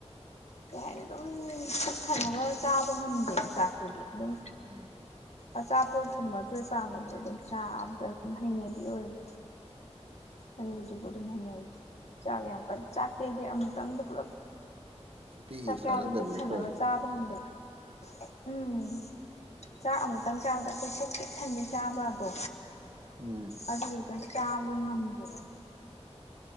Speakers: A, on the left; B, on the right.
A: ꯀꯩ ꯍꯥꯏꯅꯤ ꯑꯗꯨꯝ ꯄꯨꯛ ꯊꯟꯅꯕ ꯆꯥꯕ ꯉꯝꯗꯦ ꯆꯥꯛꯁꯤꯗꯤ ꯑꯗꯨꯝ
B: ꯎꯝ
A: ꯑꯆꯥꯄꯣꯠꯀꯨꯝꯕ ꯑꯆꯣꯏꯄꯥꯒꯨꯝꯕꯗꯤ ꯑꯗꯨꯝ ꯆꯥꯕꯗ ꯍꯩꯅꯕꯤ ꯑꯣꯏꯌꯦꯕ ꯑꯗꯨꯅ ꯍꯧꯖꯤꯛꯄꯣꯛ ꯑꯗꯨꯝ ꯍꯩꯅꯔꯤꯁꯦ ꯆꯥꯛ ꯌꯥꯝ ꯀꯟꯅ ꯆꯥꯛꯇꯤ ꯑꯩꯗꯤ ꯑꯃꯨꯛꯇꯪꯗ ꯄꯨꯂꯞ
B: ꯅꯨꯄꯤꯒꯤ
A: ꯆꯥꯛ ꯆꯥꯕꯗ
B: ꯆꯥꯒꯟꯗꯕꯤꯗ
A: ꯄꯨꯛ ꯊꯟꯅꯕ
B: ꯇꯧꯔꯤꯔꯥ
A: ꯆꯥꯕ ꯉꯝꯗꯕ ꯎꯝ ꯆꯥꯛ ꯑꯃꯨꯛꯇꯪ ꯆꯥꯕꯗ ꯑꯩꯈꯣꯏ ꯄꯨꯛ ꯄꯤꯛ ꯊꯟꯕꯤ ꯆꯥꯕꯒꯗꯣ
B: ꯎꯝ
A: ꯑꯗꯨꯗꯨꯅ ꯆꯥꯕꯗꯣ ꯉꯝꯗꯦꯕ